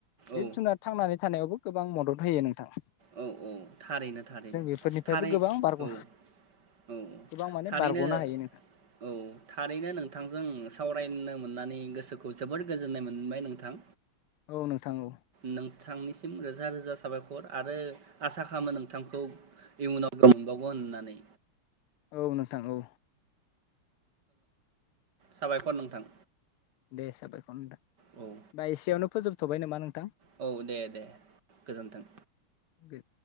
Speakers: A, on the left (about 80°); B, on the right (about 50°).
A: जिब
B: औ
A: जुनार थांनानै थानायावबो गोबां मदद होयो नोंथां।
B: औ औ थारैनो थारैनो
A: जों बेफोरनिफ्रायबो
B: थारै
A: गोबां बारग'
B: औ औ औ
A: गोबां माने
B: थारैनो
A: बारग'नो हायो नोंथां
B: औ थारैनो नोंथांजों सावरायनो मोननानै गोसोखौ जोबोर गोजोननाय मोनबाय नोंथां।
A: औ नोंथां औ।
B: नोंथांनिसिम रोजा रोजा साबायखर आरो आसा खालामो नोंथांखौ इयुनाव मोनबावगोन होननानै।
A: औ नोंथां औ।
B: साबायखर नोंथां।
A: दे साबायखर नों।
B: औ
A: बा एसेयावनो फोजोब थबाय नामा नों
B: औ दे दे गोजोन्थों।
A: गो